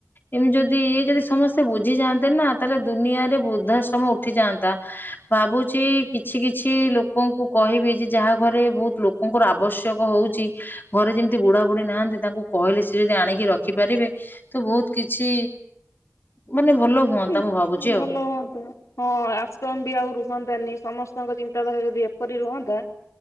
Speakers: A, on the left (about 40°); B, on the left (about 85°).
A: ଏମିତି ଯଦି ଇଏ ଯଦି ସମସ୍ତେ ବୁଝିଯାଆନ୍ତେ ନା ତାହେଲେ ଦୁନିଆରେ ବୃଦ୍ଧାଶ୍ରମ ଉଠିଯାଆନ୍ତା। ଭାବୁଛି କିଛି କିଛି ଲୋକଙ୍କୁ କହିବି ଯେ ଯାହା ଘରେ ବହୁତ ଲୋକଙ୍କର ଆବଶ୍ୟକ ହଉଛି ଘରେ ଯେମିତି ବୁଢା ବୁଢୀ ନାହାନ୍ତି ତାଙ୍କୁ କହିଲେ ଯଦି ଆଣିକି ରଖିପାରିବେ ତ ବହୁତ କିଛି ମାନେ ଭଲ ହୁଅନ୍ତା
B: ହ
A: ମୁଁ ଭାବୁଛି
B: ଭଲ
A: ଆଉ।
B: ହୁଅନ୍ତା ହଁ ଆଶ୍ରମ ବି ଆଉ ରୁହନ୍ତାନି ସମସ୍ତେ ଙ୍କ ଚିନ୍ତାଧାରା ଯଦି ଏପରି ରୁହନ୍ତା।